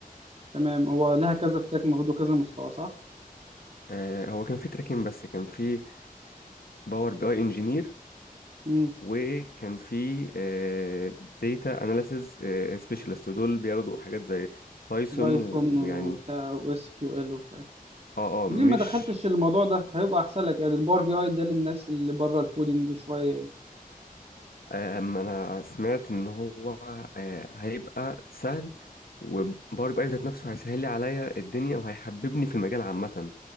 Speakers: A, on the right; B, on the left.
A: تمام هو لها كذا تراك المفروض وكذا مستوى صح؟
B: آه هو كان في تراكين بس كان في باور بي اي انجينير
A: امم
B: وكان في آه داتا اناليسز آه سبيشالست ودول بياخدوا حاجات زي بايثون
A: بايثون
B: ويعني
A: وبتاع واس كيو ال وبتاع
B: اه
A: طب
B: اه مش
A: ليه ما دخلتش الموضوع ده؟ هيبقى احسن لك يعني الباور بي اي ده للناس اللي بره الكودينج شويه يعني
B: أما أنا سمعت إن هو آه، هيبقى سهل وباور بي أي ذات نفسه هيسهل لي عليا الدنيا وهيحببني في المجال عامة